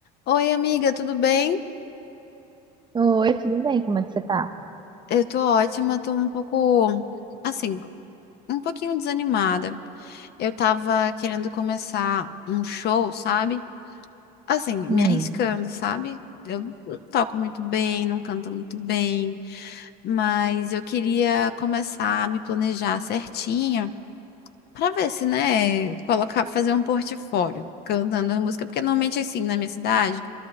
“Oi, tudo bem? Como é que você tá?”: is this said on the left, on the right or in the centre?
Right